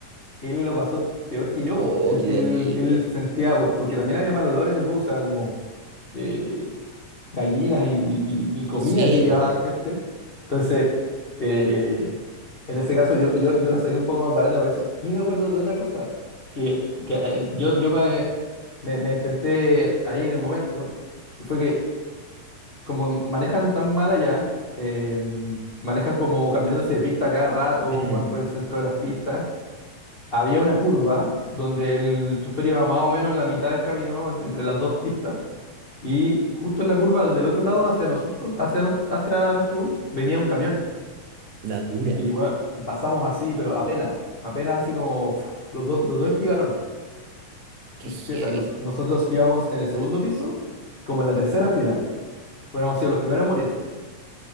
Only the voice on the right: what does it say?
Oh,
qué
terrible.
Sí,
pues
Mm,
la dura,
qué heavy.